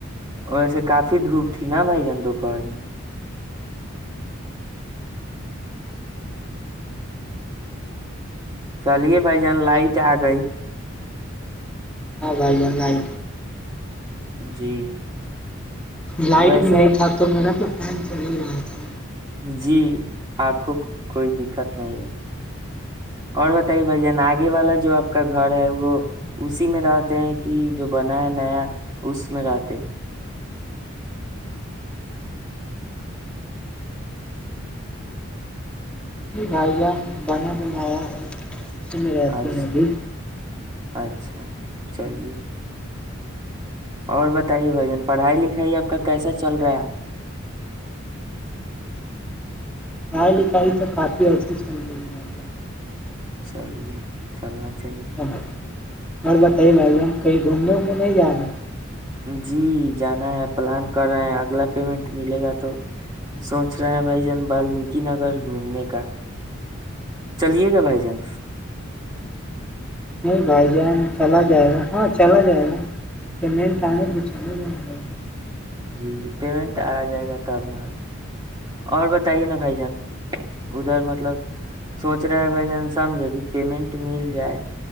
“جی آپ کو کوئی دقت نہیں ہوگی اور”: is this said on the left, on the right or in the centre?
Right